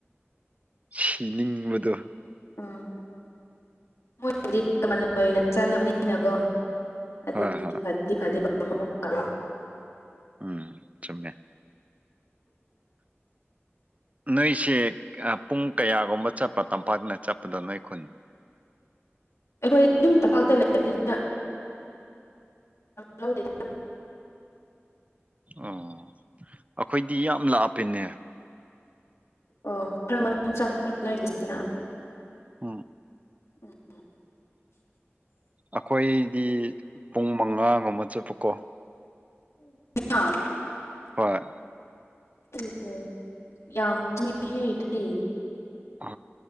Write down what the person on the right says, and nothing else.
ꯁꯤꯅꯤꯡꯕꯗꯨ
ꯍꯣꯏ ꯍꯣꯏ
ꯎꯝ ꯆꯨꯝꯃꯦ ꯅꯣꯏꯁꯦ ꯀꯩꯌ ꯄꯨꯡ ꯀꯌꯥꯒꯨꯝꯕ ꯆꯞꯄ ꯇꯝꯄꯥꯛꯅ ꯆꯞꯄꯗꯣ ꯅꯣꯏ ꯈꯨꯟ
ꯑꯣ ꯑꯈꯣꯏꯗꯤ ꯌꯥꯝ ꯂꯥꯞꯄꯦꯅꯦ
ꯑꯝ
ꯑꯈꯣꯏꯗꯤ ꯄꯨꯡ ꯃꯉꯥꯉꯨꯝꯕ ꯆꯄꯀꯣ
ꯍꯣꯏ
ꯑ